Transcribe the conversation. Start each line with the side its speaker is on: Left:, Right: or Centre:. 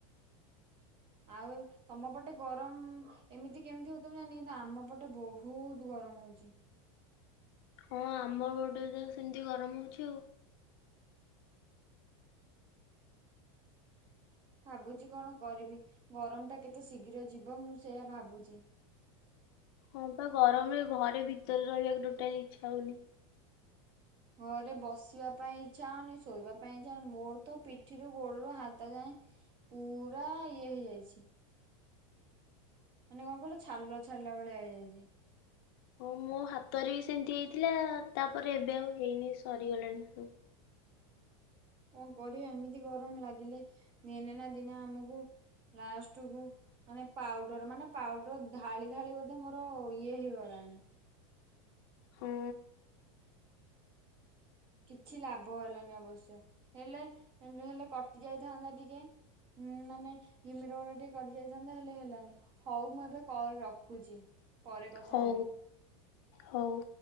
Right: ଆଉ ତମ ପଟେ ଗରମ ଏମିତି କେମିତି ହଉ ଥିବ ଜାଣିନି କିନ୍ତୁ ଆମ ପଟେ ବହୁତ ଗରମ ହଉଚି।
Left: ହଁ ଆମ ପଟେ ତ ସେମିତି ଗରମ ହଉଚି ଆଉ।
Right: ଭାବୁଚି କଣ କରିବି ଗରମ ଟା କେତେ ଶୀଘ୍ର ଯିବ ମୁଁ ସେଇୟା ଭାବୁଚି।
Left: ହଁ ବା ଗରମରେ ଘରେ ଭିତରେ ରହିବାକୁ ଟୋଟାଲି ଇଚ୍ଛା ହଉନି।
Right: ଘରେ ବସିବା ପାଇଁ ଇଚ୍ଛା ହଉନି। ଶୋଇବା ପାଇଁ ଇଚ୍ଛା ହଉନି। ମୋର ତ ପିଠିରୁ ଗୋଡରୁ ହାତ ଯାଏଁ ପୁରା ଇଏ ହେଇଯାଇଚି। ମାନେ କଣ କହିଲୁ ଛାଲ ଛାଡିଲା ଭଳିଆ ହେଇଯାଇଚି।
Left: ହଁ ମୋ ହାତରେ ବି ସେମିତି ହେଇଥିଲା। ତା ପରେ ଏବେ ଆଉ ହେଇନି ସରିଗଲାଣି ସବୁ।
Right: କଣ କରିବା ଏମିତି ଗରମ ଲାଗିଲେ ଦିନେ ନା ଦିନେ ଆମକୁ ଲାଷ୍ଟ କୁ ମାନେ ପାଉଡର ମାନେ ପାଉଡର ଢାଳି ଢାଳି ବୋଧେ ମୋର ଇଏ ହେଇଗଲାଣି।
Left: ହୁଁ
Right: କିଛି ଲାଭ ହେଲାନି ଅବଶ୍ୟ, ହେଲେ ହେଲେ କଟି ଯାଇଥାନ୍ତା ଟିକେ ହୁଁ, ମାନେ ଘିମିର ଗୋରା ଟିକେ କଟି ଯାଇଥାନ୍ତା ହେଲେ ହେଲାନି। ହଉ ମୁଁ ଏବେ କଲ ରଖୁଛି? ପରେ କଥା
Left: ହଉ,
Right: ହେବି।
Left: ହଉ।